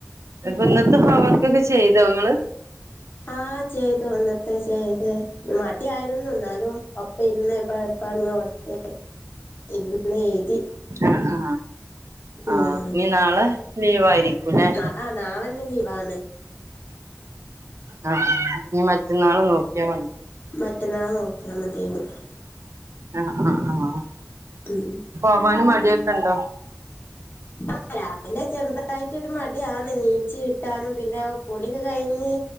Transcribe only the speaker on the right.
അപ്പംഇന്നത്തെ ഹോം വർക്ക് ഒക്കെ ചെയ്തോ ഇങ്ങള്
ആഹ് ആഹ്
ആഹ് ഇനി നാളെ ലീവ് ആയിരിക്കൂല്ലേ
ആ ഇനി മറ്റന്നാള് നോക്കിയാ മതി
ആഹ് ആഹ് ആഹ്
പോവാന് മടിയൊക്കെ ഉണ്ടോ